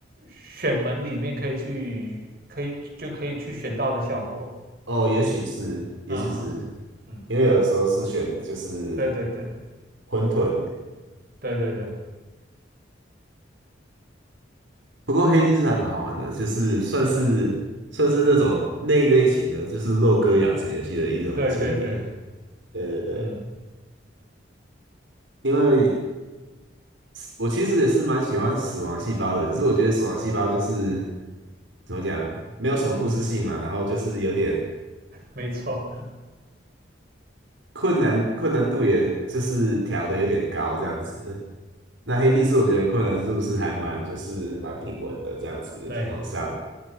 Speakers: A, on the right; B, on the right.
A: 选门里面可以去，可以就可以去选到的效果。
B: 哦，也许是，也许是，
A: 嗯嗯嗯，
B: 因为有的时候是选就是
A: 对对对对。
B: 混沌，
A: 对对对，
B: 不过黑帝是还蛮好玩的，就是算是算是那种那一类型的，
A: 嗯，
B: 就是肉鸽养成游戏的一种经典。
A: 对对对，
B: 对对对，
A: 嗯
B: 因为我其实也是蛮喜欢死亡细胞的，可是我觉得死亡细胞就是怎么讲，没有什么故事性嘛，
A: 嗯，
B: 然后就是有点
A: 没错，
B: 困难，困难度也就是调的有点高这样子。那黑帝是我觉得困难度是还蛮就是蛮平稳的这样子往上，
A: 对，